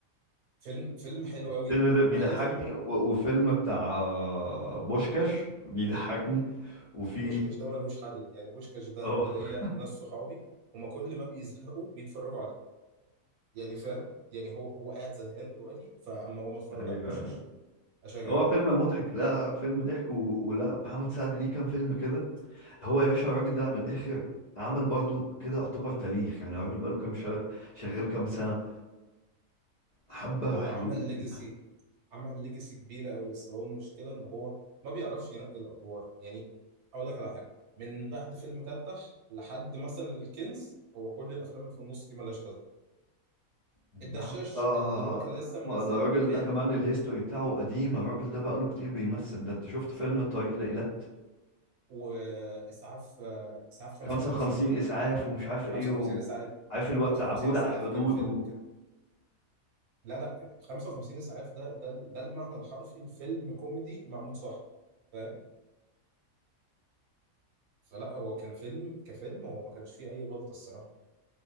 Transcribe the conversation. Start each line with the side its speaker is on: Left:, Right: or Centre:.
Right: فيلم فيلم حلو قوي
Left: الفيلم ده بيضحكني
Right: مع ان فيلم
Left: و... وفيلم بتاع بوشكاش بيضحكني وفي
Right: بوشكاش ده ملهوش حل يعني بوشكاش ده
Left: اه
Right: انا ليا
Left: <laughs>
Right: ناس صحابي هما كل ما بيزهقوا بيتفرجوا عليه يعني فاهم يعني هو هو قاعد زهقان دلوقتي فاما اقوم اتفرج
Left: ايوه
Right: على بوشكاش
Left: ايوه
Right: اشغله
Left: هو فيلم مضحك لا فيلم ضحك و... ولا محمد سعد ليه كام فيلم كده هو يا باشا الراجل ده من الاخر عمل برضو كده يعتبر تاريخ يعني الراجل بقاله كام شغ... شغال كام سنة حبة
Right: هو
Left: حلوين
Right: عمل ليجاسي عمل ليجاسي كبيره قوي بس هو المشكله ان هو ما بيعرفش ينقي الادوار يعني اقول لك على حاجه من بعد فيلم تفتح لحد مثلا الكنز هو كل الافلام اللي في النص دي ملهاش لازمه
Left: يعني
Right: الدشاش
Left: حبة
Right: اللي هو كان لسه منزله
Left: الراجل
Right: كان
Left: ده كمان الهيستوري بتاعه قديم الراجل ده بقاله كتير بيمثل ده انت شفت فيلم الطريق لإيلات
Right: واسعاف آه، اسعاف 55
Left: 55
Right: تقريبا
Left: اسعاف ومش عارف ايه
Right: 55
Left: و...
Right: اسعاف
Left: عارف اللي هو التعبود
Right: 55 اسعاف
Left: على الحدود
Right: كان فيلم
Left: و...
Right: كان لا لا 55 اسعاف ده ده ده المعنى الحرفي لفيلم كوميدي معمول صح فاهم فلا هو كان فيلم كفيلم هو ما كانش فيه اي غلطه الصراحه